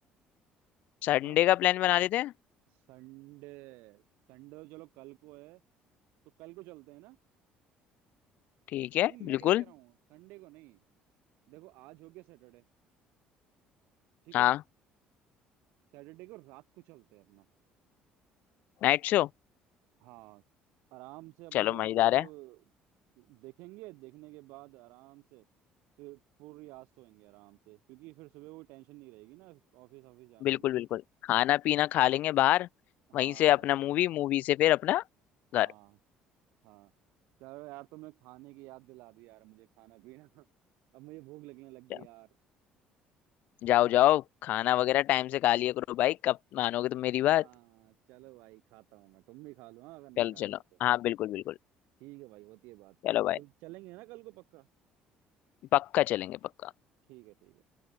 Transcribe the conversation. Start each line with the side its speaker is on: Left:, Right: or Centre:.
Left: संडे
Right: हाँ
Left: का प्लान बना लेते हैं
Right: संडे संडे चलो कल को है तो कल को चलते हैं ना
Left: ठीक है
Right: नहीं मैं
Left: बिल्कुल
Right: क्या कह रहा हूँ संडे को नहीं देखो आज हो गया सैटरडे ठीक
Left: हाँ
Right: है सैटरडे को रात को चलते हैं अपना
Left: नाइट शो
Right: हाँ आराम से अपना
Left: चलो मजेदार
Right: मतलब
Left: है
Right: देखेंगे देखने के बाद आराम से फिर पूरी रात सोएंगे आराम से क्योंकि फिर सुबह वो टेंशन नहीं रहेगी ना ऑफिस ऑफिस जाने
Left: बिल्कुल
Right: की
Left: बिल्कुल खाना पीना खा लेंगे बाहर
Right: हाँ
Left: वहीं से अपना मूवी मूवी से फिर अपना
Right: हाँ
Left: घर
Right: हाँ चलो यार तुमने खाने की याद दिला दी यार मुझे खाना पीना <laughs> अब मुझे भूख लगने लग गई
Left: जाओ
Right: यार
Left: जाओ
Right: है ना
Left: जाओ खाना वगैरह टाइम से खा लिया करो भाई कब मानोगे तुम मेरी
Right: हाँ
Left: बात
Right: चलो भाई खाता हूँ मैं तुम भी खा लो हाँ अगर नहीं
Left: चलो
Right: खा रहे
Left: चलो
Right: हो तो
Left: हाँ बिल्कुल बिल्कुल
Right: ठीक है भाई होती है बात फिर
Left: चलो भाई
Right: चल चलेंगे ना कल को पक्का
Left: पक्का चलेंगे पक्का
Right: ठीक है ठीक है